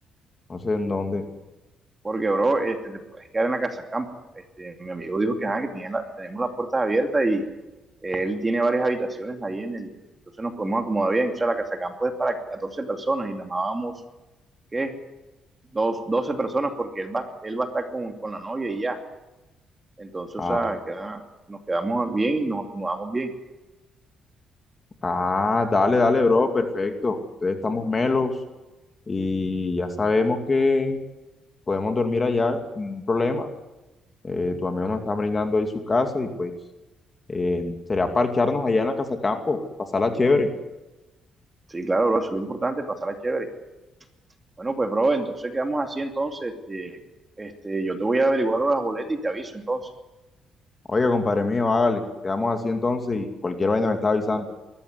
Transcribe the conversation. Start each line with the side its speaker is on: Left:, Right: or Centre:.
Left: no sé en dónde.
Right: Porque, bro, este, te puedes quedar en la casa campo. Este, mi amigo dijo que, ah, que tenía la- tenemos las puertas abiertas y él tiene varias habitaciones ahí en el, entonces nos podemos acomodar bien. O sea, la casa campo es para 14 personas y nada más vamos, ¿qué? Dos, 12 personas porque él va, él va a estar con, con la novia y ya. Entonces, o
Left: Ah,
Right: sea, queda- nos quedamos bien y nos acomodamos bien.
Left: ah, dale, dale, bro, perfecto. Ustedes estamos melos y ya sabemos que podemos dormir allá sin ningún problema. Eh, tu amigo nos está brindando ahí su casa y pues eh, sería parcharnos allá en la casa campo, pasarla chévere.
Right: Sí, claro, bro, eso es lo importante, pasarla chévere. Bueno, pues, bro, entonces quedamos así, entonces, este, este, yo te voy a averiguar las boletas y te aviso, entonces.
Left: Oiga, compadre mío, hágale. Quedamos así entonces y cualquier vaina me está avisando.